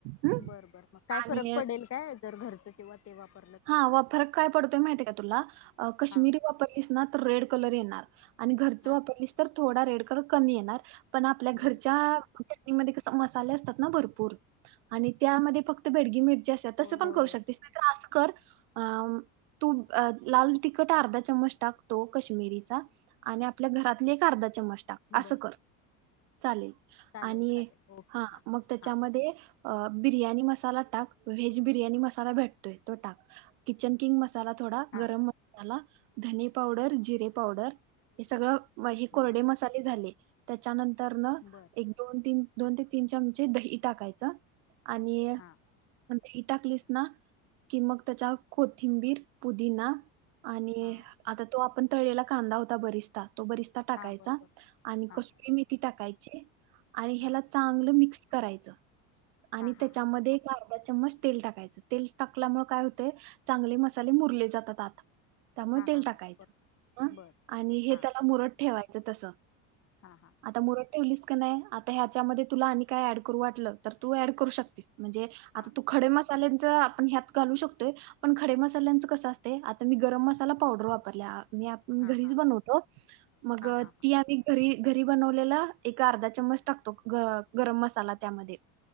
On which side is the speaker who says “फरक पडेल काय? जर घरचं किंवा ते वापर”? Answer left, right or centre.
Left